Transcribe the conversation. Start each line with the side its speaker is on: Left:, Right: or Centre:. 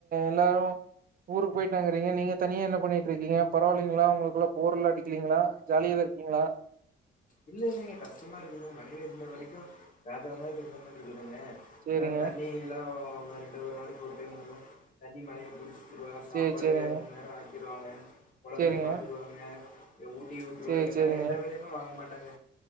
Right: எல்லாரு ஊருக்கு போயிட்டாங்குறீங்க நீங்க தனியா என்ன பண்ணிட்டு இருக்கீங்க பரவ இல்லைங்களா உங்களுக்குள்ள போருலா அடிக்கலீங்களா ஜாலிய தா இருக்கீங்ளா
Left: இல்லங்க கஷ்டமா இருக்குதுங்க மனைவி இருந்த வரைக்கு ராஜா மாரி இருந்த மாரி இருக்குதுங்க
Right: சேரிங்க
Left: ஏனா தண்ணில்லா ரெண்டு ஒரு நாளைக்கு ஒரு டைம் வரு தண்ணி மனைவி புடிச் சுருவாங்க சாப்பாடு
Right: சேரி சேரிங்க
Left: முணு நேர ஆக்கிடுவாங்க கொழந்தையை
Right: சேரிங்க
Left: பாத்துக்குவாங்க ஊட்டி ஊற்றுருவாக
Right: சேரி
Left: என்ன
Right: சேரிங்க
Left: எந்த வேலயுமே வாங்க மாட்டாங்க